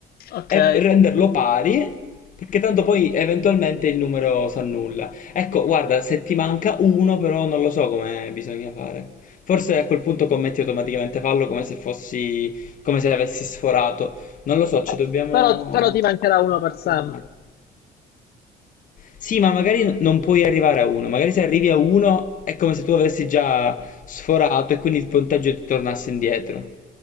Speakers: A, on the left; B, on the left.
A: Okay.
B: e renderlo pari, perché tanto poi eventualmente il numero si annulla. Ecco, guarda, se ti manca uno, però non lo so come bisogna fare. Forse a quel punto commetti automaticamente fallo come se fossi, come se avessi sforato. Non lo so, ci
A: Eh,
B: dobbiamo,
A: però, però ti mancherà
B: ci
A: uno
B: dobbiamo
A: per sempre.
B: informare. Sì, ma magari non puoi arrivare a uno, magari se arrivi a uno è come se tu avessi già sforato e quindi il punteggio ti tornasse indietro.